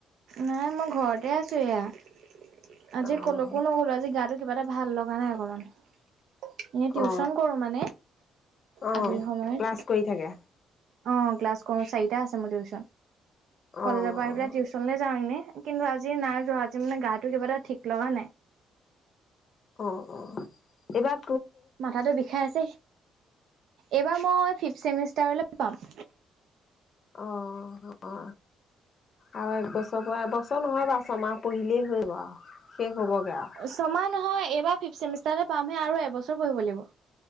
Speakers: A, on the right; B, on the left.
A: নাই মই ঘৰতে আছোঁ এয়া আজি
B: অ
A: ক'লোকো নগ'লো আজি গা়টো কিবা এটা ভাল লগা নাই অকমান। এনে টিউচন
B: অ
A: কৰো মানে
B: অ,
A: আবেলি সময়ত
B: ক্লাছ কৰি থাকে।
A: অ, ক্লাছ কৰো চাৰিটা আছে মোৰ টিউচন।
B: অঁ।
A: কলেজৰ পৰা আহি পেলাই টিউচনলৈ যাওঁ এনে। কিন্তু আজি নাই যোৱা আজি মানে গাটো কিবা এটা। ঠিক লগা নাই।
B: অ অ এবাৰ।
A: মাথাতো বিষাই আছে। এইবাৰ মই ফিফচেমিষ্টাৰলে পাম।
B: অ অ, আৰু একবছ। ৰ এবছৰ নহয় বাৰু ছমাহ। পঢ়িলেই হ'ব শেষ। হ'বগৈ আৰু
A: ছমা নহয় এইবাৰ ফিফচেমিষ্টা। তালে পামহে আৰু এবছৰ পঢ়িব লাগিব